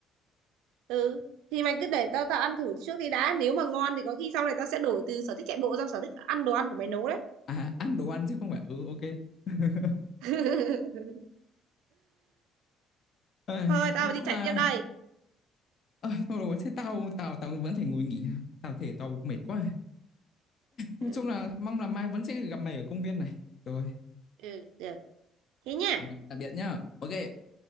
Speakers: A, on the right (about 80°); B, on the left (about 55°).
A: ừ thì mày cứ để tao tao ăn thử trước đi đã nếu mà ngon thì có khi sau này tao sẽ đổi từ sở thích chạy bộ sang sở thích ăn đồ ăn của mày nấu đấy
B: à ăn đồ ăn chứ không phải ừ ok <laughs>
A: <laughs>
B: Ây,
A: thôi tao
B: nói
A: đi
B: chung
A: chạy
B: là
A: tiếp đây
B: ơi thôi rồi thế tao tao tao vẫn phải ngồi nghỉ tao thể tao mệt quá nói
A: ừ,
B: chung là mong là mai vẫn sẽ gặp mày ở công viên này rồi
A: ừ được thế nhá
B: Ok, Tạm biệt nhá. Ok.